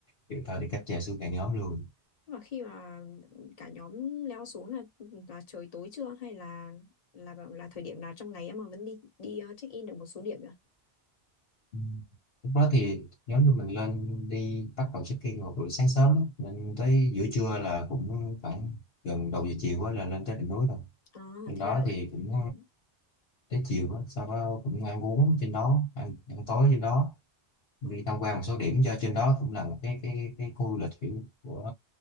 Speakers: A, on the left; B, on the left.
A: kiểu thôi thì cáp treo xuống cả nhóm luôn
B: Và khi mà cả nhóm leo xuống là là trời tối chưa hay là là là thời điểm nào trong ngày em mà vẫn đi đi ờ, check in được một số điểm nữa.
A: Ừ. lúc đó thì nhóm tụi mình lên đi bắt đầu check in vào buổi sáng sớm á. nên tới giữa trưa là cũng khoảng gần đầu giờ chiều quá là lên tới đỉnh núi rồi
B: À,
A: bên
B: thế
A: đó
B: là
A: thì cũng
B: ừ,
A: tới chiều á sau đó cũng ăn uống trên đó ăn, ăn tối trên đó đi
B: ừ,
A: tham quan một số điểm do trên đó cũng là một cái cái cái khu du lịch kiểu của